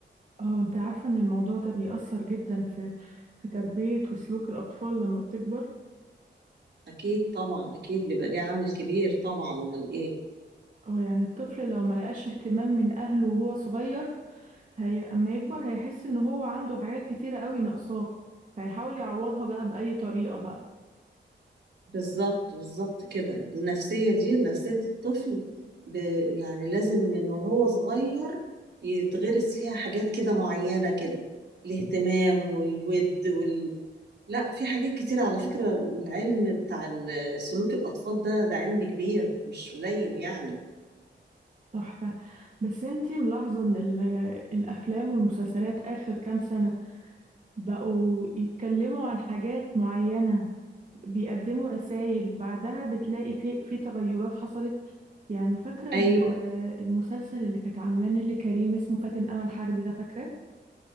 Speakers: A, on the right; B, on the right.
A: اه انت عارفة ان الموضوع ده بيأثر جدا في في تربية وسلوك الأطفال لما بتكبر
B: أكيد طبعا أكيد بيبقى ليه عامل كبير طبعا أمال إيه
A: اه يعني الطفل لو ما لقاش اهتمام من أهله وهو صغير هي اما يكبر هيحس ان هو عنده حاجات كتيرة قوي ناقصاه هيحاول يعوضها بقى بأي طريقة بقى
B: بالظبط بالظبط كده النفسية دي نفسية الطفل ب... يعني لازم من وهو صغير يتغرس فيها حاجات كده معينة كده الاهتمام والود وال... لا في حاجات كتير على فكرة العلم بتاع ال- سلوك الأطفال ده ده علم كبير مش قليل يعني
A: تحفة بس انتي ملاحظة ان ال- الأفلام والمسلسلات آخر كام سنة بقوا يتكلموا عن حاجات معينة بيقدموا رسائل بعدها بتلاقي في في تغيرات حصلت يعني فاكرة
B: أيوة
A: ال- المسلسل اللي كانت عاملاه نيللي كريم اسمه فاتن أمل حربي ده فاكرة